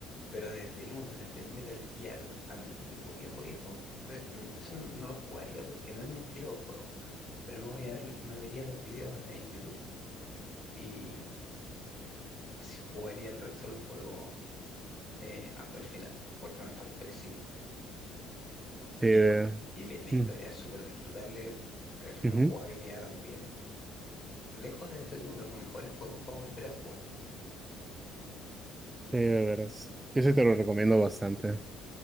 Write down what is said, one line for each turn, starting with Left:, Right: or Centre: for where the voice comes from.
Left: Pero desde el uno, desde el Metal Gear antiguo, viejo, viejo, ver, n- eso n- no lo jugaría porque no es mi estilo de juego. Pero me voy a ver, me vería los videos en YouTube y sí jugaría el resto de los juegos eh, hasta el final, porque me faltó el 5.
Right: Sí,
Left: Y,
Right: de,
Left: ya, y la la historia
Right: mm,
Left: es súper disfrutable, la
Right: ujú.
Left: la jugabilidad también. lejos de ser uno de los mejores juegos para volver a jugar.
Right: Sí, de veras. Yo sí te lo recomiendo bastante.